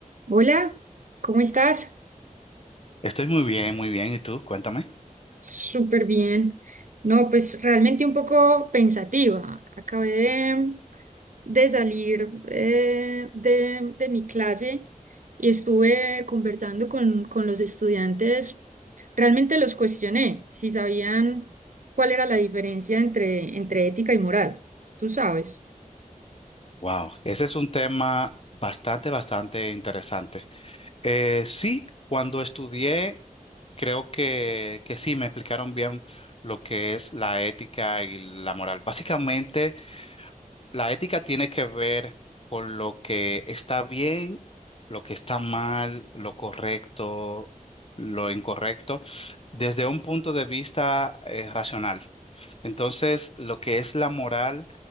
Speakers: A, on the right; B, on the left.
A: Hola, ¿cómo estás?
B: Estoy muy bien, muy bien. ¿Y tú? Cuéntame.
A: Súper bien. No, pues realmente un poco pensativa. Acabé de, de salir eh, de, de mi clase y estuve conversando con, con los estudiantes. Realmente los cuestioné si sabían cuál era la diferencia entre, entre ética y moral. Tú sabes.
B: Wow, ese es un tema bastante, bastante interesante. Eh, sí, cuando estudié, creo que, que sí, me explicaron bien lo que es la ética y la moral. Básicamente, La ética tiene que ver con lo que está bien, lo que está mal, lo correcto, lo incorrecto, desde un punto de vista eh, racional. Entonces, lo que es la moral,